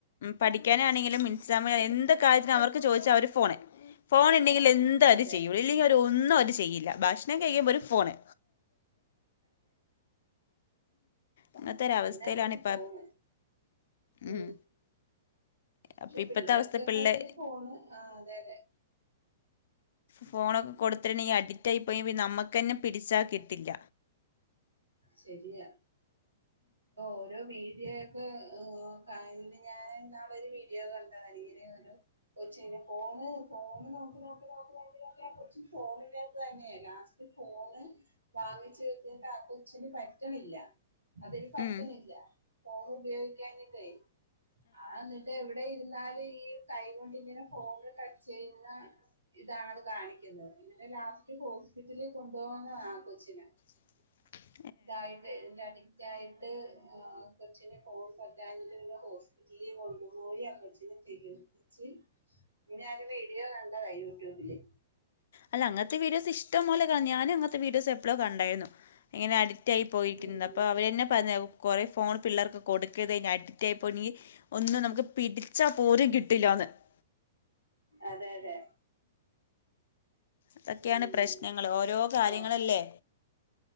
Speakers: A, on the left (about 60°); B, on the right (about 85°).
A: പഠിക്കാനാണെങ്കിലും മിൻസമ എന്ത് കാര്യത്തിനും അവർക്ക് ചോദിച്ചാൽ അവർക്ക് ഫോണേ ഫോണ് ഇല്ലേങ്കിൽ എന്ത് അര്
B: അതെ
A: ചെയ്യും ഇല്ലെങ്കിൽ അവര് ഒന്നും അവര് ചെയ്യില്ല ഭക്ഷണം കഴികുമ്പോള്ളും ഫോണ് അങ്ങനത്തെ ഒരവസ്ഥയിലാണ്
B: എല്ലാ ത്തിന്നും
A: ഇപ്പ
B: ഫോൺ ഉ
A: ഉം
B: പക്ഷെ
A: അപ്പൊ ഇപ്പത്തെ
B: പിള്ളേർക്കൊക്കെ
A: അവസ്ഥ പിള്ളേ
B: ഈ ഫോണ് ആ അതെ തെ
A: ഫോണൊക്കെ കൊടുത്തിട്ടണ്ടെ അഡിക്റ്റായി പോയ നമ്മുക്കന്നെ പിടിച്ചാ കിട്ടില്ല
B: ശരിയാ ഓരോ വീഡിയോ ഒക്കെ ഏ കണ്ട് ഞാൻ ഇന്നാള് ഒരു വീഡിയോ കണ്ടാടിയില്ല് കൊച്ചിന് ഫോണ് ഫോൺ നോക്കി നോക്കി നോക്കി നോക്കി കൊച്ച് ഫോണിനത് തന്നെ ലാസ്റ്റ് ഫോണ് വാങ്ങിച്ച് വച്ചിട്ട് ആ കൊച്ചിന് പറ്റണില്ല അതിന് പറ്റുന്നില്ല
A: ഉം
B: ഫോൺ ഉപയോഗിക്കിഞ്ഞിട്ടേ ആ എന്നിട്ട് ഇവിടെ ഇരുന്ന് എന്നാലും ഈ കൈകൊണ്ട് ഇങ്ങനെ ഫോൺ ച്ച് ചെയ്യുന്ന ഇതാണത് കാണിക്കുന്നത് ഇങ്ങനെ ലാസ്റ്റ് ഹോസ്പിറ്റലിൽ കൊണ്ടുപോകുന്ന കൊച്ചിനെ
A: <inaudible>
B: ഇതായിട്ട് ഇതിൻ്റെ അഡിക്റ്റ ആായിട്ട് കൊച്ചിനെ ഫോൺ പറ്റഞ്ഞ് പിന്നെ ഹോസ്പിറ്റലിൽ കൊണ്ടുപോയി ആ കൊച്ചിനെ ചികിത്സിച്ചു ഇന്ന ഒരു വീഡിയോ കണ്ടതാ യൂട്യൂബില്
A: അല്ല അങ്ങത്തെ വീഡിയോസ് ഇഷ്ടം പോലെ ഞാനും അങ്ങനത്തെ വീഡിയോസ് എപ്പോഴ കണ്ടായിരുന്നു ഇങ്ങനെ അഡിക്റ്റ് ആയി പോയിരിക്കുന്നത്
B: ഉം
A: അപ്പൊ അവരെന്നെ പറഞ്ഞ കുറ ഫോൺ പിള്ളേർക്ക് കൊടുക്കത് അഡിക്റ്റായി പോയി കഴിഞ്ഞാ ഒന്നും നമുക്ക് പിടിച്ചാ പോരും കിട്ടില്ലന്ന് <inaudible>
B: അതെ അതെ
A: അതൊക്കെയാണ്
B: ഉം
A: പ്രശ്നങ്ങൾ ഓരോ കാര്യങ്ങളല്ലേ
B: ഓ